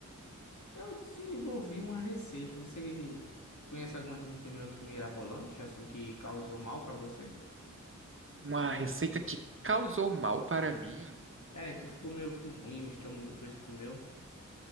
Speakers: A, on the left; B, on the right.
A: Eu desenvolvi uma receita. Você conhece alguma receita meio que mirabolante, assim, que causou mal pra você?
B: Uma receita que causou mal para mim?
A: É, que ficou meio que ruim o estômago depois que comeu.